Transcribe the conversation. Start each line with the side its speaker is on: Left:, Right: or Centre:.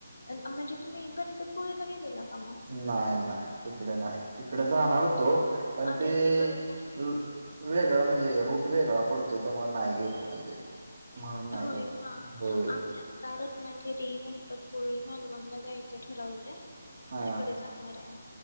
Left: अ म्हणजे तुम्ही गणपती पुळे ला गेलेला का मग
Right: नाय नाय तिकड नाय तिकडे जाणार होतो पण
Left: अरे
Right: ते
Left: तिकडं तर
Right: वे वेगळं म्हणजे अ रूट वेगळा पडतोय त्यामुळे नाही गेलो म्हणजे म्हणून नाही
Left: होय
Right: गेलो
Left: का
Right: होय
Left: आम्ही आता रत्नागिरी, गणपतपुळे, मालवणला जायचं ठरवलंय
Right: हा
Left: तिकडे जाणार आहे